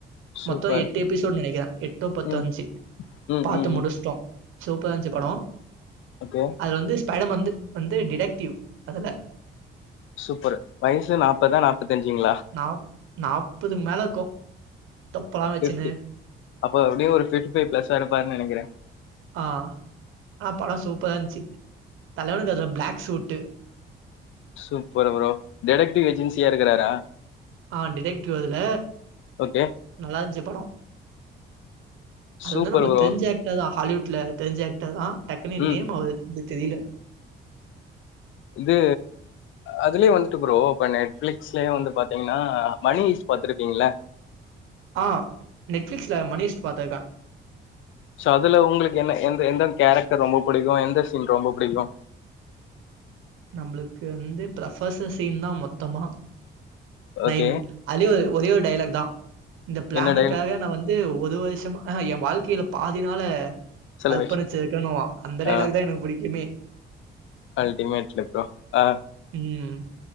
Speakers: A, on the left; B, on the right.
A: சூப்பர்
B: மொத்தோ எட்டு எபிசோட் நெனைக்கறே எட்டோ பத்தோ
A: ம்
B: இருந்ச்சு
A: ம்
B: பாத்து
A: ம் ம்
B: முடிச்ட்டோ சூப்பரா இருந்ச்சு படோ
A: ஓகே
B: அது வந்து ஸ்பைடம் வந்து வந்து டிடெக்டிவ் அதுல
A: சூப்பரு வயசு நாப்பதா நாப்பத்தஞ்சுங்களா
B: நா நாப்பதுக்கு மேல இருக்கு தொப்பலா வெச்சுன்னு
A: ஃபிஃப்டி அப்ப எப்டியு ஒரு பிப்டி பைவ் ப்ளஸ் ஆ இருப்பார்ன்னு நெனைக்கற
B: ஆ ஆனா படோ சூப்பரா இருந்துச்சு தலைவனுக்கு அதுல black suit
A: super bro detective ஏஜென்சியா இருக்கறாரா
B: ஆ டிடெக்டிவ் அதுல
A: ஓகே
B: நல்லா இருந்ச்சு படோ அது
A: சூப்பர்
B: வந்து நம்மளுக்கு
A: ப்ரோ
B: தெரி்ஞ்ச ஏக்டர் தா ஹாலிவுட்ல தெரிஞ்ச ஏக்டர் தா டக்குனு
A: ம்
B: நேம் அவர்து தெரில
A: இது அதுலயு வந்துட்டு ப்ரோ இப்ப நெட்பிளிக்ஸ்லயே வந்து பாத்தீங்கன்னா மணிஇஸ்ட் பாத்துருக்கீங்கள்ள
B: ஆ நெட்ஃப்ளிக்ஸ்ல மணிஇஸ்ட் பாத்துருக்க
A: சோ அதுல உங்களுக்கு என்ன எந்த எந்தந்த கேரக்டர் ரொம்ப பிடிக்கு எந்த சீன் ரொம்ப பிடிக்கு
B: நம்மளுக்கு வந்து ப்ரபஹ்சர் சீன் தா மொத்தமா நா
A: ஓகே
B: இந்த அதுலயு ஒரே ஒரு டைலாக் தா இந்த பிளானுக்காக
A: என்ன டைல்
B: நா வந் இது ஒது வருஷமா ஆ என் வாழ்க்கையில பாதி நாள
A: செலவேஷ்
B: அர்ப்பணுச்சிருக்கணுவா அந்த டைலாக்கு
A: ஆ
B: தா எனக்கு பிடிக்குமே
A: அல்டிமேட்ல ப்ரோ அ
B: ம்